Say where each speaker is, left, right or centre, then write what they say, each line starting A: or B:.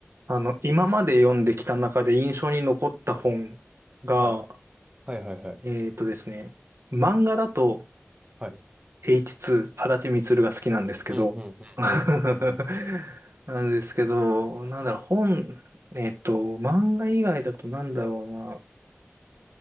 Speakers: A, on the right; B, on the right.
A: あの、今まで読んできた中で印象に残った本が、
B: はい。はいはいはい。
A: えーとですね、漫画だと
B: はい。
A: H2、足立みつるが好きなんですけど、
B: うん、うん、
A: <laughs>
B: うん、うん。
A: なんですけど、なんだろう、本、えっと、漫画以外だとなんだろうな、